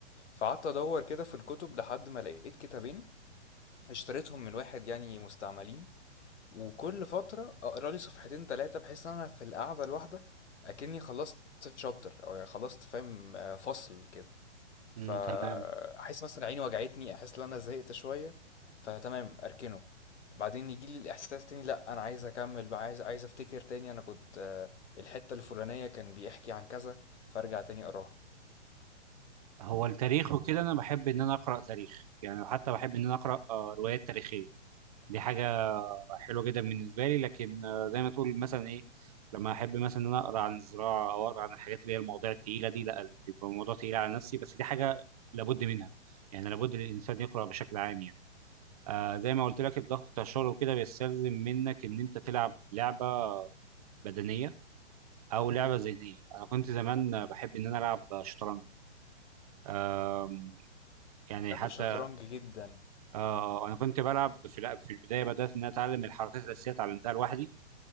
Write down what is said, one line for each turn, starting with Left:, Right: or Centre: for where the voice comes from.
Left: فقعدت أدور كده في الكتب لحد ما لقيت كتابين اشتريتهم من واحد يعني مستعملين وكل فترة اقرا لي صفحتين تلاتة بحيث ان انا في القعدة الواحدة اكني خلصت شابتر او يعني خلصت فاهم آه، فصل كده فاحس
Right: أمم، تمام
Left: مثلا عيني وجعتني احس ان انا زهقت شوية فتمام اركنه بعدين يجي لي الاحساس تاني لا انا عايز اكمل بقى عايز عايز افتكر تاني انا كنت آه، الحتة الفلانية كان بيحكي عن كذا فارجع تاني اقراها
Right: هو التاريخ وكده انا بحب ان انا اقرا تاريخ يعني حتى بحب ان انا اقرا آه، روايات تاريخيه دي حاجه حلوه جدا بالنسبه لي لكن آه، زي ما تقول مثلا ايه لما احب مثلا ان انا اقرا عن الزراعه او اقرا عن الحاجات اللي هي المواضيع التقيله دي لا بيبقى الموضوع تقيل على نفسي بس دي حاجه لابد منها يعني لابد الانسان يقرا بشكل عام يعني. آه زي ما قلت لك الضغط بتاع الشغل وكده بيستلزم منك ان انت تلعب لعبه بدنيه او لعبه ذهنيه انا كنت زمان بحب ان انا العب شطرنج آم، يعني
Left: بحب
Right: حتى
Left: الشطرنج جدا
Right: آه آه، انا كنت بلعب في لا- في البدايه بدات ان أنا اتعلم الحركات الاساسيه اتعلمتها لوحدي